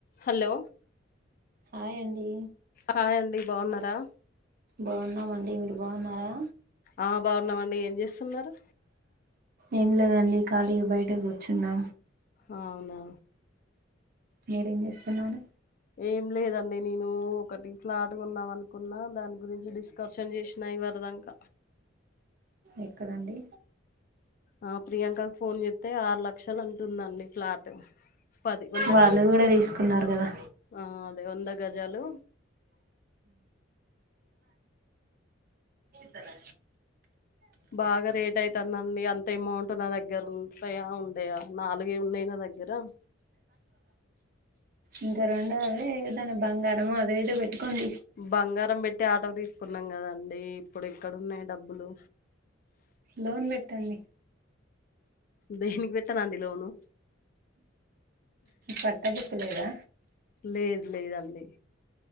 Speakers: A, on the left; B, on the right.
A: Hello
B: hi అండి
A: hi అండి బాగున్నారా
B: బాగున్నామండి బాగున్నారా
A: ఆ బాగున్నామండి ఏం చేస్తున్నారు
B: ఏం లేదండి ఖాళీగా బయట కూర్చున్నా
A: ఆ అవునా
B: మీరేం చేస్తున్నారూ
A: ఏం లేదండి నేను ఒకటి ఫ్లాట్ కొందాం అనుకున్నా దాని గురించి డిస్ కర్షన్ చేసినా ఇవరదాంక
B: ఎక్కడండి
A: ఆ ప్రియాంక కి ఫోన్ చేస్తే ఆరు లక్షలు అంటుందండి ఫ్లాట్ పది వందా
B: వాళ్ళు
A: గుం
B: కూడా తీసుకున్నారు కదా
A: ఆ అదే వంద గజాలు
B: తార
A: బాగా రేట్ అయితదండి అంత ఎమౌంట్ నా దగ్గర ఉంటయా ఉండయా నాలుగే ఉన్నాయి నా దగ్గర
B: ఇంకా రెండ అదే ఏదన్నా బంగారము అదే ఏదో పెట్టుకోండి
A: బంగారం పెట్టి ఆటో తీసుకున్నాం కదండి ఇప్పుడు ఎక్కడున్నాయి డబ్బులు
B: లోన్ పెట్టండి
A: దేనికి పెట్టనండి లోను
B: పట్టబుక్ లేదా
A: ప్లేజ్ లేదండి